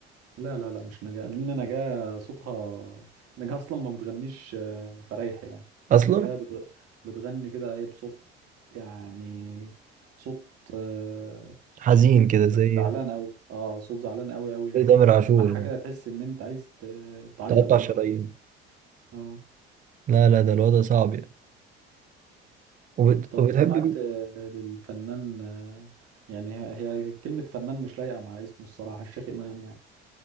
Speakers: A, on the right; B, on the right.
A: لا لا لا مش نجاة لأن نجاة صوتها نجاة أصلا ما بتغنيش آه، فريح يعني
B: اصلا
A: نجاة بتغ... بتغني كده إيه بصوت يعني صوت آه،
B: حزين كده زي
A: زعلان قوي اه صوت زعلان قوي قوي يعني
B: زي تامر عاشور
A: تسمعها
B: يعني
A: كده تحس ان انت عايز ت- تعيط
B: تقطع
A: والله
B: شرايين
A: اه
B: لا لا ده الوضع صعب يعني وبت...
A: طب
B: وبتحب
A: سمعت
B: مين؟
A: آه، للفنان آه، يعني هي هي كلمة فنان مش لايقة مع اسمه الصراحة الشيخ إمام يعني